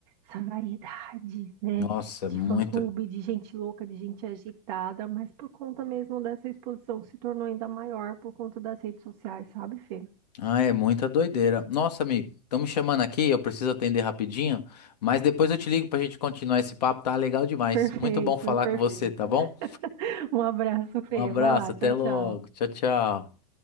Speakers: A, on the right; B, on the left.
A: essa variedade, né,
B: Nossa,
A: de
B: é muita.
A: fã-clube, de gente louca, de gente agitada, mas por conta mesmo dessa exposição que se tornou ainda maior por conta das redes sociais, sabe, Fê?
B: Ah, é muita doideira. Nossa, amigo, estão me chamando aqui, eu preciso atender rapidinho, mas depois eu te ligo pra gente continuar esse papo, tá legal demais.
A: Perfeito,
B: Muito bom falar
A: perfeito.
B: com você, tá bom?
A: Um abraço, Fê.
B: Um abraço,
A: Vai lá,
B: até
A: tchau,
B: logo.
A: tchau.
B: Tchau, tchau.